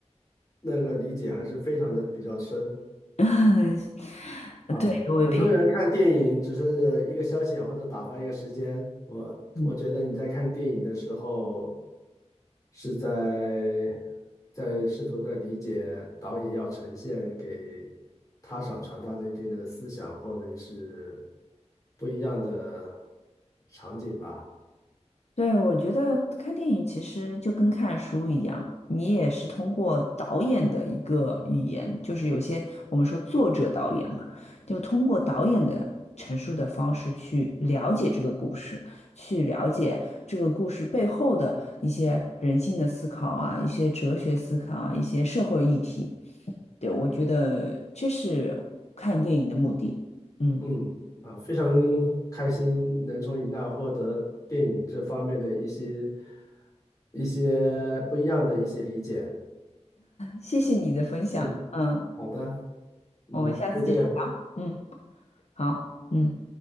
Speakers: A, on the left (about 30°); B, on the left (about 65°).
A: 那个理解还是非常的比较深。
B: <laughs>
A: 啊，
B: 对，我平时。
A: 很多人看电影只是一个消遣或者打发一个时间，我我觉得你在看电影的时候
B: 嗯
A: 是在在试图在理解导演要呈现给他想传达的一定的思想或者是不一样的场景吧。
B: 对，我觉得看电影其实就跟看书一样，你也是通过导演的一个语言，就是有些我们说作者导演嘛，就通过导演的陈述的方式去了解这个故事，去了解这个故事背后的一些人性的思考啊，一些哲学思考啊，一些社会议题。对，我觉得这是看电影的目的。嗯，
A: 嗯，啊，非常开心能从你那获得电影这方面的一些一些不一样的一些理解。
B: 谢谢你的分享。
A: 嗯。
B: 嗯，
A: 好的，嗯，
B: 我们下次继续聊。
A: 再见。
B: 嗯，好。嗯。